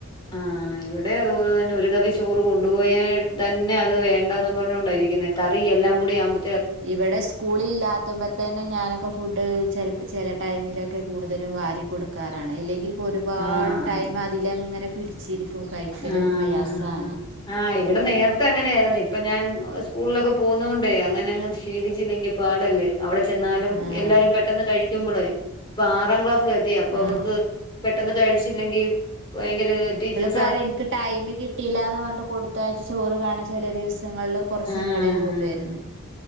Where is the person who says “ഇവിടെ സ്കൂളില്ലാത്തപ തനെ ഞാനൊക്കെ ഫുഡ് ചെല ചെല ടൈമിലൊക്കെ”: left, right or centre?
Right